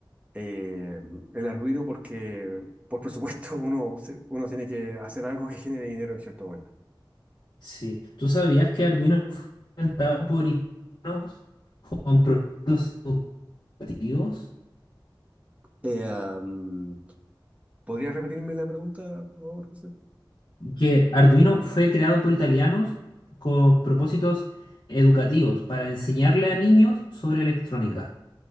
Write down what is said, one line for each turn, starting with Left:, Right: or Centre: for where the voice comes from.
Right: eh, el Arduino, porque por presupuesto <laughs> uno, se- uno tiene que hacer algo que genere dinero en cierto momento.
Left: Sí, ¿tú sabías que Arduino fue inventado por italianos con propósitos educativos?
Right: Eh, am, ¿podrías repetirme la pregunta, por favor?
Left: Que Arduino fue creado por italianos con propósitos educativos para enseñarle a niños sobre electrónica.